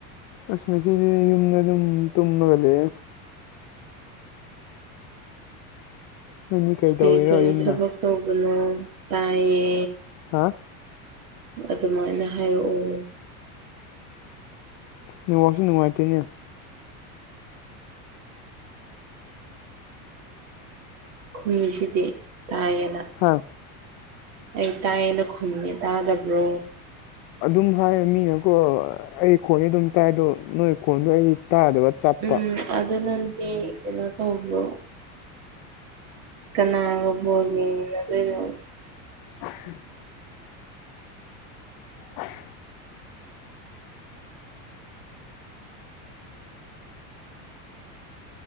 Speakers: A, on the left; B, on the right.
A: ꯑꯁ ꯉꯁꯤꯁꯦ ꯌꯨꯝꯗ ꯑꯗꯨꯝ ꯇꯨꯝꯃꯒ ꯂꯩꯦ ꯅꯪꯗꯤ ꯀꯩ
B: ꯀꯔꯤ
A: ꯇꯧꯔꯤꯔꯣ
B: ꯀꯔꯤ
A: ꯌꯨꯝꯗ
B: ꯊꯕꯛ ꯇꯧꯕꯅꯣ ꯇꯥꯏꯌꯦ
A: ꯍꯥꯥ
B: ꯑꯗꯨꯃꯥꯏꯅ ꯍꯥꯏꯔꯛꯑꯣ
A: ꯅꯤꯡ ꯋꯥꯁꯨ ꯅꯨꯡꯉꯥꯏꯇꯅꯦ
B: ꯈꯨꯝꯃꯤꯁꯤꯗꯤ ꯇꯥꯏꯌꯦꯅ
A: ꯍꯥꯥ
B: ꯑꯩ ꯇꯥꯏꯌꯦꯅ ꯈꯨꯟꯒꯦ ꯇꯥꯗꯕ꯭ꯔꯣ
A: ꯑꯗꯨꯝ ꯍꯥꯏꯌꯦ ꯃꯤꯅ ꯀ ꯑꯩ ꯈꯣꯟꯗꯤ ꯑꯗꯨꯝ ꯇꯥꯏ ꯑꯗꯣ ꯅꯣꯏ ꯈꯣꯟꯗꯣ ꯑꯩꯗꯤ ꯇꯥꯗꯕ ꯆꯞꯄ
B: ꯎꯝ ꯑꯗꯨ ꯅꯗꯤ ꯀꯩꯅꯣ ꯇꯧꯕꯣ ꯀꯅꯥꯒꯕꯣꯒꯤ ꯑꯗꯨ
A: <unintelligible> <unintelligible>